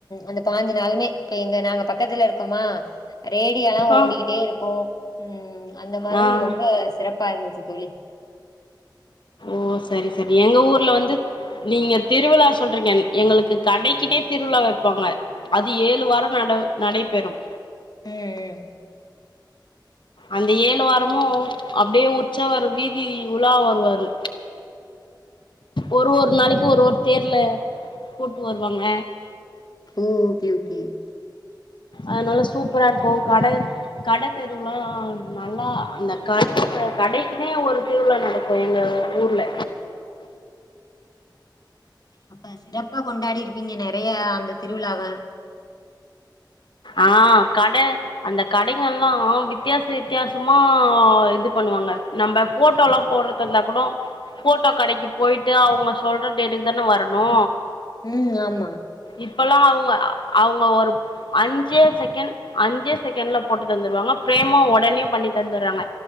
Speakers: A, on the left; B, on the left.
A: அந்த பாஞ்சு நாளுமே இப்ப எங்க நாங்க பக்கத்துல இருக்குமா ரேடியால்லா
B: அ
A: ஓடிக்கிட்டே இருக்கும் ம் அந்த மாதிரி
B: ஆ
A: ரொம்ப சிறப்பா இருந்துச்சு தோழி
B: ஓ சரி சரி எங்க ஊர்ல வந்து நீங்க திருவிழா சொல்றீங்க எங்களுக்கு கடைக்கிட்டயே திருவிழா வெப்பாங்க அது ஏழு வாரோ நட நடைபெறும்
A: ம் ம்
B: அந்த ஏழு வாரமு அப்டியே உச்சவரு வீதியில் உலா வருவாரு ஒரு ஒரு நாளைக்கு ஒரு ஒரு தேர்ல கூட்டு வருவாங்க
A: ம் ஓகே ஓகே
B: அன்னால சூப்பரா இருக்கும் கட கட தெருவுலா நல்லா அந்த கட கடைக்குன்னே ஒரு திருவிழா நடக் கும் எங்க ஊர்ல
A: அப்ப சிறப்பா கொண்டாடி இருப்பீங்க நெறைய அந்த திருவிழாவ
B: ஆ கட அந்த கடைங்கள்லா வித்தியாச வித்தியாசமா இது பண்ணுவாங்க நம்ப ஃபோட்டோல்லா போட்றதந்தா கூட ஃபோட்டோ கடைக்கு போய்ட்டு அவ் இவுங்க சொல்ற டேட்டுக்கு தான வரனோ
A: ம் ஆமா
B: இப்பல்லா அவுங்க அவுங்க ஒரு அஞ்சே செகண்ட் அஞ்சே செகண்ட்ல போட்டு தந்துருவாங்க பிரேமு ஒடனே பண்ணி தந்தறாங்க